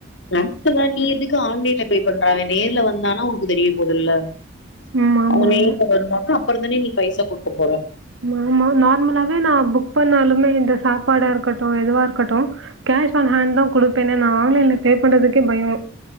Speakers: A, on the left; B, on the right.
A: <unintelligible> தா நீ எதுக்கு ஆன்லைன்ல பே பண்றாவன் நேர்ல வந்தான உனக்கு தெரிய போதுல்ல
B: ம் ஆமா
A: அவங்க
B: ஆமா.
A: நேர்ல வருவாங்க அப் அப்ரோ தானே நீ பைசா குடுக்கப்
B: ஆமா நார்மலாவே நா புக் பண்ணாலுமே இந்த சாப்பாடா இருக்கட்டும் எதுவா இருக் கட்டும் கேஷ் ஆன் ஹேண்ட் தா குடுப்பேனே நா ஆன்லைன்ல பே பண்றதுக்கே பயம்